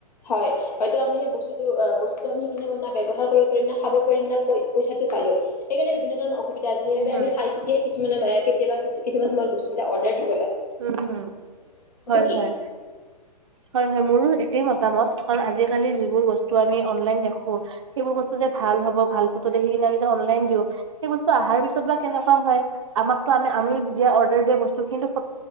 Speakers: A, on the left; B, on the right.
A: হয়। হয়তো আমি সেই বস্তুটো অ বস্তুটো আমি কিনি ব্যৱহাৰ কৰিব পাৰিম ন। পাব পম না পইচাটো পালো সেইকাৰণ বিভিন্ন ধৰণৰ অসুবিধা আ সেইবাবে
B: উম, উম,
A: আমি চাই চিতিয়ে কিছুমান কেতিয়াবা কিছুমান সময়ত বস্তুবিলাক অৰ্ডাৰ দিম
B: উম হয়
A: কি
B: হয় হয় হয় মোৰো একেই মতামত কাৰণ আজিকালি যিবোৰ বস্তু আমি অনলাইন দেখো সেইবোৰ বস্তু যে ভাল হ'ব ভাল সেইতো দেখি কিনাই আমি যে অনলাইন দিওঁ সেই বস্ত আহা পাছত বা কেনেকা হয় আমাক টো আমি তেতিয়া অৰ্ডাৰ বস্তুখিনি টো